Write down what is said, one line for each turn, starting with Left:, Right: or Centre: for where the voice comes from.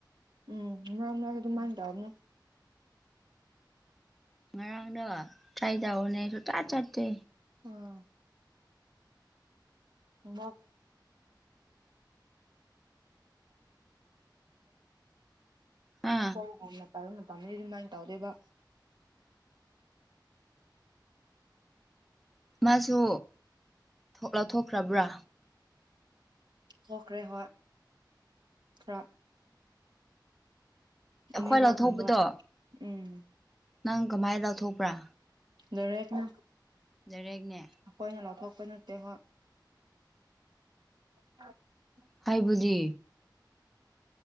Right: ꯎꯝ ꯅꯡ ꯃꯥꯏ ꯑꯗꯨꯃꯥꯏ ꯇꯧꯔꯅꯨ
Centre: ꯉꯔꯥꯡꯗꯣ ꯇ꯭ꯔꯥꯏꯖ ꯍꯅꯦꯁꯨ ꯇꯥ ꯆꯠꯇꯦ
Right: ꯎꯡ <unintelligible> ꯍꯣꯏ
Centre: ꯍꯥ
Right: ꯍꯣꯏ ꯄꯥꯏꯕ ꯃꯇꯝꯗ ꯑꯗꯨꯃꯥꯏꯅ ꯇꯧꯗꯦꯕ
Centre: ꯃꯥꯁꯨ ꯊꯣꯛ ꯂꯧꯊꯣꯛꯈ꯭ꯔꯕ꯭ꯔꯥ
Right: ꯊꯣꯛꯈ꯭ꯔꯦ ꯍꯣꯏ ꯈꯔ
Centre: ꯑꯩꯈꯣꯏ
Right: ꯑꯅꯤꯔꯛ
Centre: ꯂꯧꯊꯣꯛꯄꯗꯣ
Right: ꯀꯨꯝꯕ ꯎꯡ
Centre: ꯅꯪ ꯀꯃꯥꯏ ꯂꯧꯊꯣꯛꯄ꯭ꯔꯥ
Right: ꯂꯩꯔꯣꯏꯅ
Centre: ꯗꯥꯏꯔꯦꯛꯅꯦ
Right: ꯑꯩꯈꯣꯏꯅ ꯂꯧꯊꯣꯛ ꯅꯠꯇꯦ ꯍꯣꯏ <unintelligible>
Centre: ꯍꯥꯏꯕꯗꯤ